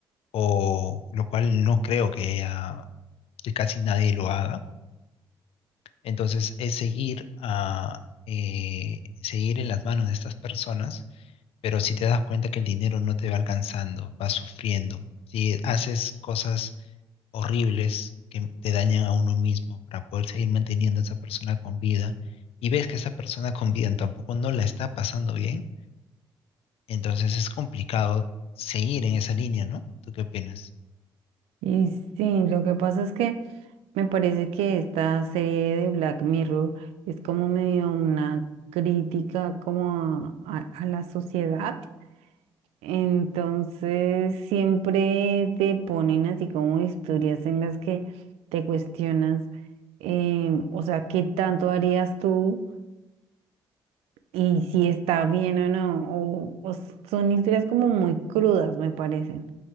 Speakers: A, on the left (about 70°); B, on the right (about 85°).
A: o lo cual no creo que, ella- que casi nadie lo haga. Entonces es seguir a, eh, seguir en las manos de estas personas pero si te das cuenta que el dinero no te va alcanzando, vas sufriendo, si haces cosas horribles que te dañan a uno mismo para poder seguir manteniendo a esa persona con vida y ves que esa persona con vida tampoco no la está pasando bien, entonces es complicado seguir en esa línea, ¿no? ¿Tú qué opinas?
B: Y sí, lo que pasa es que Me parece que esta serie de Black Mirror es como medio una crítica como a, a- a la sociedad. Entonces siempre te ponen así como historias en las que te cuestionas, em, o sea, ¿qué tanto harías tú? Y si está bien o no. O, o s- son historias como muy crudas, me parecen.